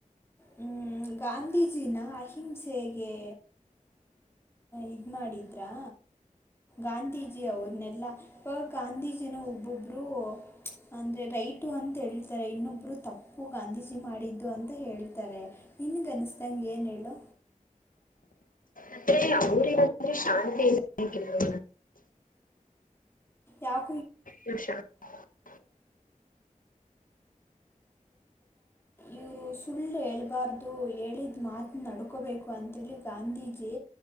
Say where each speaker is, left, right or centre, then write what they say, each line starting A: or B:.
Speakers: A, on the left (about 15°); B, on the left (about 85°).
A: ಹ್ಮ ಗಾಂಧೀಜಿನ ಅಹಿಂಸೆಗೆ ಇದು ಮಾಡಿದ್ರಾ ಗಾಂಧೀಜಿ ಅವ್ರನ್ನೆಲ್ಲಾ ಪ ಗಾಂಧೀಜಿನ ಒಬ್ಬೊಬ್ರು ಅಂದ್ರೆ ರೈಟು ಅಂತ ಹೇಳ್ತಾರೆ ಇನ್ನೊಬ್ಬರು ತಪ್ಪು ಗಾಂಧಿಜಿ ಮಾಡಿದ್ದು ಅಂತ ಹೇಳ್ತಾರೆ ನಿನ್ಗೆ ಅನಿಸ್ದಂಗೆ ಏನು ಹೇಳು
B: ಅತ್ತೆ ಅವ್ರಲ್ಲಂದ್ರೆ ಶಾಂತಿ ಇದೆ ಕೆಲವ
A: ಯಾವ
B: ರೋಷ <unintelligible>
A: ಇವ್ರು ಸುಳ್ಳು ಹೇಳ್ಬಾರ್ದು ಹೇಳಿದ್ ಮಾತ ನಡ್ಕೋಬೇಕು ಅಂತೇಳಿ ಗಾಂಧೀಜಿ